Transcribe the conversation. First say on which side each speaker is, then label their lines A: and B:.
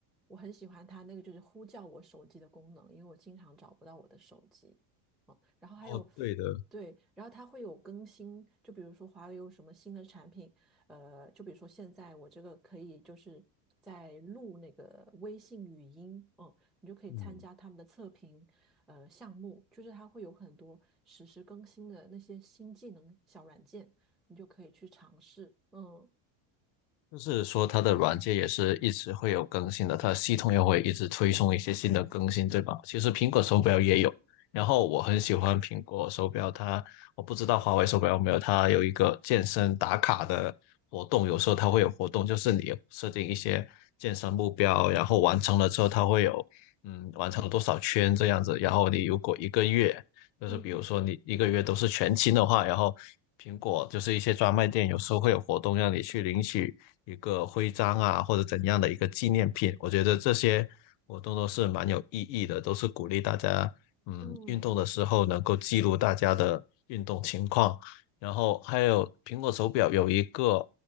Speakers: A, in the centre; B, on the left.
A: 我很喜欢它那个就是呼叫我手机的功能，因为我经常找不到我的手机。哦，然后还有，
B: 哦对的，
A: 对，然后它会有更新，就比如说华为有什么新的产品，呃，就比如说现在我这个可以就是在录那个微信语音，哦、你就可以参加他们的测评，
B: 嗯。
A: 呃，项目，就是它会有很多实时更新的那些新技能小软件，你就可以去尝试。嗯
B: 就是说它的软件也是一直会有更新的，它的系统也会一直推送一些新的更新，对吧？其实苹果手表也有，然后我很喜欢苹果手表，它我不知道华为手表有没有，它有一个健身打卡的活动，有时候它会有活动，就是你设定一些健身目标，然后完成了之后，它会有嗯完成了多少圈这样子，然后你如果一个月就是比如说你一个月都是全勤的话，
A: 嗯，
B: 然后苹果就是一些专卖店有时候会有活动让你去领取一个徽章啊，或者怎样的一个纪念品。我觉得这些活动都是蛮有意义的，都是鼓励大家，嗯，
A: 嗯
B: 运动的时候能够记录大家的运动情况。然后还有苹果手表有一个